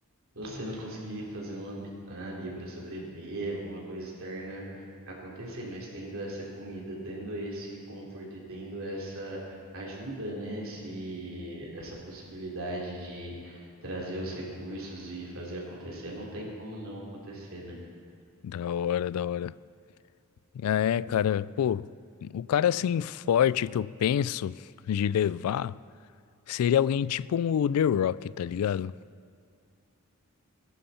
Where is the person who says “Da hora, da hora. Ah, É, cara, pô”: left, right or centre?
Left